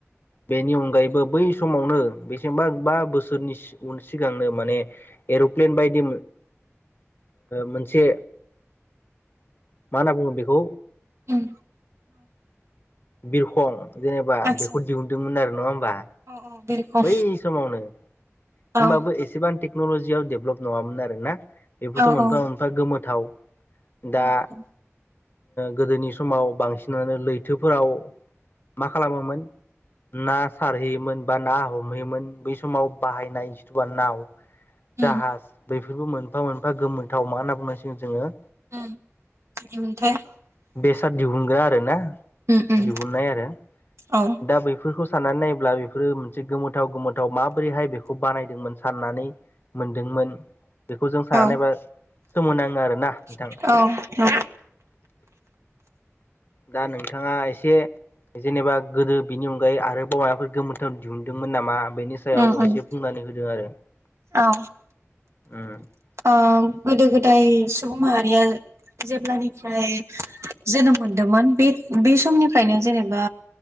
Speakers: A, on the left (about 40°); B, on the right (about 70°).
A: बेनि अनगायैबो बै समावनो बेसेबा बा बोसोरनि उन सिगांनो माने एर'प्लेन बायदि मोनसे मा होनना बुङो बेखौ
B: उम
A: बिरखं जेनेबा
B: आदसा
A: बेखौ दिहुनदोंमोन आरो नङा होमबा
B: औ औ बिरखौ
A: बै समावनो होनबाबो
B: औ
A: एसेबां टेक्न'लजियाव डेभलप नङामोन आरोना बेफोरथ'
B: औ
A: मोनफा
B: औ
A: मोनफा गोमोथाव दा
B: उम उम
A: गोदोनि समाव बांसिनानो लैथोफोराव मा खालामोमोन ना सारहैयोमोन बा ना हमहैयोमोन बै समाव बाहायनायथबा नाव जाहाज
B: उम
A: बेफोर बेफोरबो मोनफा मोनफा गोमोनथाव मा होनना बुंनसिगोन जोंङो
B: <unintelligible> <unintelligible>
A: बेसाद दिउ दिहुनग्रा आरोना
B: उम उम
A: दिहुननाय आरो
B: औ
A: दा बैफोरखौ साननानै नायोब्ला बेफोर मोनसे गोमोथाव गोमोथाव माबोरैहाय बेखौ बानायदोंमोन साननानै मोनदोंमोन बेखौ जों सानानानैबा
B: औ
A: सोमोनाङो आरोना नोंथां
B: औ नंगौ
A: दा नोंथाङा एसे जेनेबा गोदो बिनि अनगायै आरोबावायफोर गोमोथाव दिहुनदोंमोन नामा बेनि सायाव
B: उम उम
A: एसे बुंनानै होदों आरो
B: औ
A: उम
B: ओ गोदो गोदाय सुबुं माहारिया जेब्लानिफ्राय जोनोम मोनदोंमोन बे बे समनिफ्रायनो जेनेबा